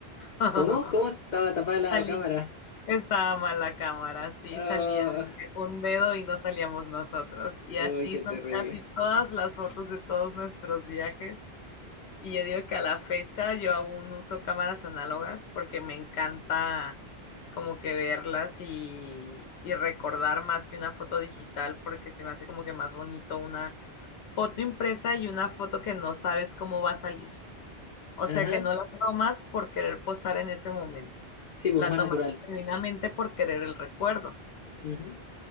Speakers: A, on the left (about 80°); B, on the left (about 55°).
A: <laughs>
B: ¿Cómo? ¿Cómo estaba tapada la
A: salí-
B: cámara?
A: Estaba mal la cámara, sí,
B: Ah,
A: salía un dedo y no salíamos nosotros. Y
B: Uy,
A: así
B: qué
A: son
B: terrible.
A: casi todas las fotos de todos nuestros viajes. Y yo digo que a la fecha yo aún uso cámaras análogas porque me encanta como que verlas y, y recordar más que una foto digital porque se me hace como que más bonito una foto impresa y una foto que no sabes cómo va a salir. O
B: Ajá.
A: sea que no la tomas por querer posar en ese momento,
B: Sí, pues
A: la
B: más
A: tomas
B: natural.
A: genuinamente por querer el recuerdo.
B: Ujú.